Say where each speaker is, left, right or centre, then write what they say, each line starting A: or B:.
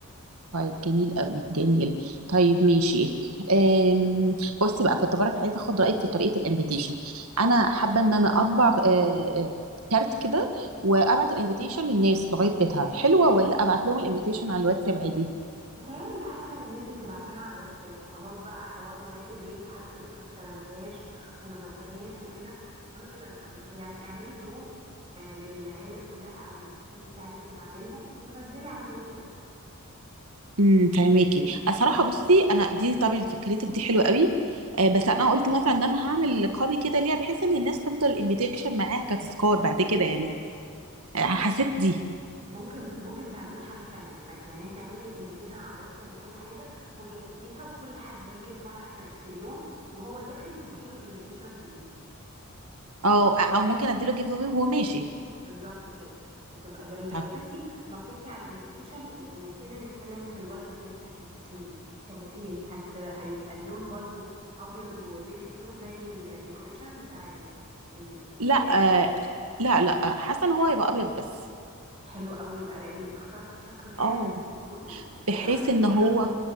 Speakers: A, on the right; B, on the right.
A: طيب جميل قوي جميل طيب ماشي أم... بصي بقى كنت برك عايزه اخد رايك في طريقه الانفيتيشن انا حابه ان انا اطبع آه، آه، كارت كده وابعت الانفيتيشن للناس لغايه بيتها حلوه ولا ابعت لهم الانفيتيشن على الواتساب عادي
B: متهيألي أسهل إن أنتي تبعتيها على الواتساب خلاص بقى حوار لغاية البيت وحد يقولك ما استلمتهاش وما شفتهاش وكده ملوش لازمة يعني اعملي جروب آه، للعيلة كلها أو للناس اللي أنتي عايزة تبعتي لهم ونزلي على الجروب ده
A: امم فهماكي صراحه بصي انا دي طبعا فكرتك دي حلوه قوي آه بس انا قلت مثلا ان انا هعمل قابي كده ليها بحيث ان الناس تفضل الانفيتيشن معاها كتذكار بعد كده يعني آه حسيت
B: اه
A: دي
B: مم. ممكن ممكن تعملي حاجة تانية يعني انت اعملي الانفيتيشن على الواتساب وكل حاجة وجهزيها وكل حد يجي الفرح في, في اليوم وهو داخل تديله الانفيتيشن في ايده
A: او او ممكن اديله جيف اواي وهو ماشي
B: بالظبط كده تبقى جميلة
A: طب
B: بس انتي نطيتي على الانفيتيشن ونسينا نتكلم في الورد اللي انتي هتمسكيه كبوكيه هت... هيبقى اللون برضو ابيض وبيبي بلو زي الديكوريشن بتاع ال... ال... الستيج
A: لا آه لا لا حاسه ان هو هيبقى ابيض بس
B: حلو قوي يبقى رقيق اخترتي شكله يعني
A: اه
B: ولونه وقصدي
A: بحيث ان
B: شكله
A: هو